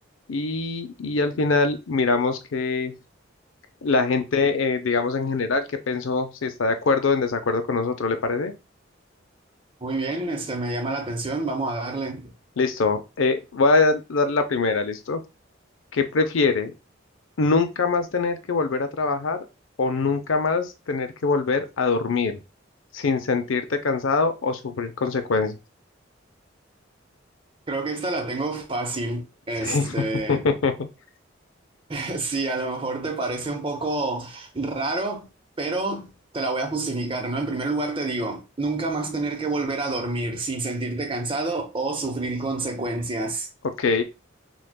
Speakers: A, on the left; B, on the right.
A: Y, y al final miramos que la gente, eh, digamos en general, qué pensó, si está de acuerdo o en desacuerdo con nosotros, ¿le parece?
B: Muy bien, este, me llama la atención, vamos a darle.
A: Listo, eh, voy a dar la primera, ¿listo? ¿Qué prefiere? ¿Nunca más tener que volver a trabajar o nunca más tener que volver a dormir sin sentirte cansado o sufrir consecuencias?
B: Creo que esta la tengo fácil. Este,
A: Sí. <laughs>
B: <laughs> sí, a lo mejor te parece un poco raro, pero te la voy a justificar, ¿no? En primer lugar te digo, nunca más tener que volver a dormir sin sentirte cansado o sufrir consecuencias.
A: Ok,